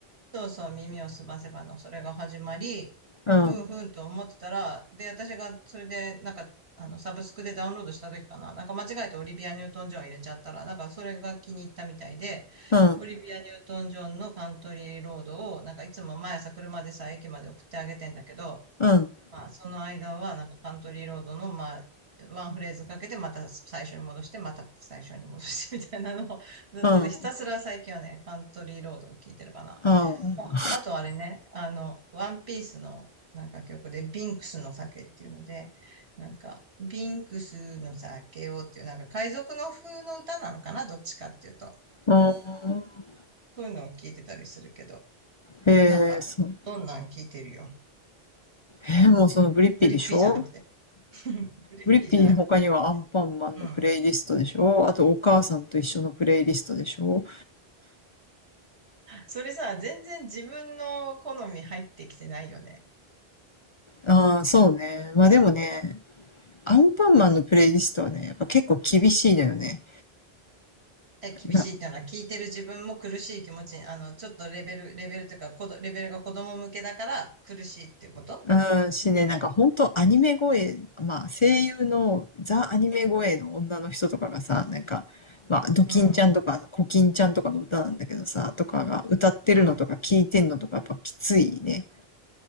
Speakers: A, on the right; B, on the left.
A: そうそう、耳をすませばの、それが始まり、で、
B: うん。
A: ふんふんと思ってたら、で、私がそれで、なんか、あの、サブスクでダウンロードした時かな、なんか間違えてオリビア・ニュートン・ジョン入れちゃったら、なんかそれが気に入ったみたいで、
B: うん。
A: オリビア・ニュートン・ジョンのカントリーロードを、なんかいつも毎朝車でさ、駅まで送ってあげてんだけど、
B: うん。
A: まあ、その間は、なんかカントリーロードの、まあ、ワンフレーズかけて、また最初に戻して、また最初に戻してみたいなのを、ずっとね、
B: うん。
A: ひたすら最近はね、カントリーロードを聞いてるかな。
B: うん。う
A: ああとあれね、あの、ワンピースのなんか曲で、ビンクスの酒っていうので、なんか、ビンクスの酒をっていう、なんか海賊の風の歌なのかなどっちかっていうと。
B: ん
A: そういうのを聞いてたりするけど、
B: えー、
A: なんか、
B: そう。
A: どんなん聞いてるよ。
B: えー、もうそのブリッピーでしょ
A: グリッピーじゃなくて。<laughs> グリッピーじゃなくて。
B: ブリッピーの他にはアンパンマンのプレイリストでしょあとお母さんと一緒のプレイリストでしょ
A: うん。それさ、全然自分の好み入ってきてないよね。
B: ああー、そうね。まあでもね、アンパンマンのプレイリストはね、やっぱ結構厳しいのよね。
A: え、厳しいっていうのは聞いてる自分も苦しい気持ちに、
B: な、
A: あの、ちょっとレベル、レベルというか、こどレベルが子供向けだから苦しいっていうこと
B: うん、しね、なんか本当アニメ声、まあ声優のザ・アニメ声の女の人とかがさ、なんか、まあドキンちゃんとかコキンちゃんとかの歌なんだけどさ、
A: うん、
B: とかが歌ってるのとか聞いてんのとかやっぱきついね。
A: うん、